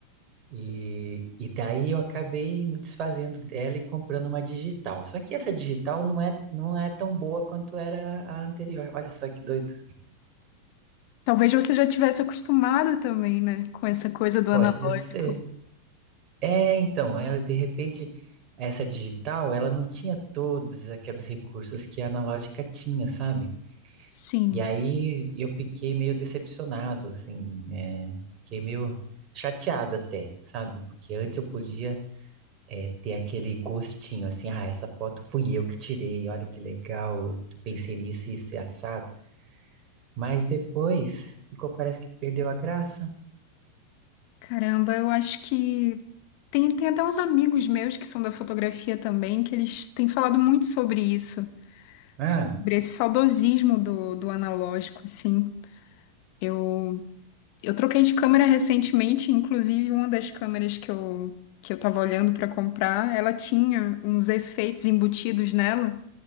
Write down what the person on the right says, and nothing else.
E, e daí eu acabei me desfazendo dela e comprando uma digital. Só que essa digital não é, não é tão boa quanto era a anterior. Olha só que doido.
Pode
ser. É, então, é, de repente, essa digital, ela não tinha todos aqueles recursos que a analógica tinha, sabe?
E aí eu fiquei meio decepcionado, assim, é, fiquei meio chateado até, sabe? Porque antes eu podia é, ter aquele gostinho assim, ah, essa foto fui eu que tirei, olha que legal, eu pensei nisso e isso é assado. Mas depois ficou, parece que perdeu a graça.
Ah,